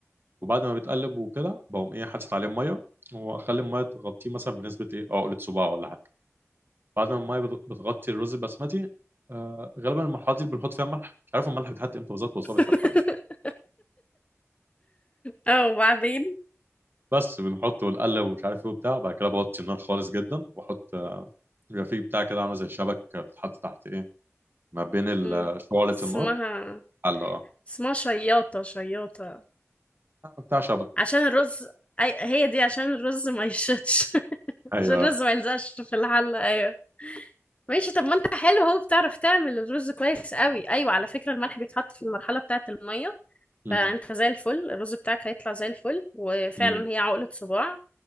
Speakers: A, on the right; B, on the left.
A: وبعد ما بيتقلب وكده بقوم ايه حاطط عليه ميه واخلي الميه تغطيه مثلا بنسبه ايه عقله صباع ولا حاجه بعد ما الميه بت- بتغطي الرز البسمتي آه غالبا المرحله دي بنحط فيها الملح مش عارف الملح بيتحط امتى بالظبط بس
B: <laughs>
A: هو بيتحط عامة.
B: اه وبعدين
A: بس بنحطه ونقلب ومش عارف ايه وبتاع وبعد كده بوطي النار خالص جدا واحط آه، بيبقى فيه بتاع كده عامله زي شبك آه، بتتحط تحت ايه ما بين ال-
B: مم.
A: آه، شعلة
B: اسمها
A: النار حلة اه
B: اسمها شياطة شياطة
A: آه، بتاع شبك
B: عشان الرز أي... هي دي عشان الرز ما يشتش <laughs>
A: ايوه
B: عشان الرز ما يلزقش في الحلة ايوه ماشي طب ما انت حلو اهو بتعرف تعمل الرز كويس قوي ايوه على فكرة الملح بيتحط في المرحلة بتاعة المية
A: امم
B: فانت زي الفل الرز بتاعك هيطلع زي الفل وفعلا
A: امم
B: هي عقلة صباع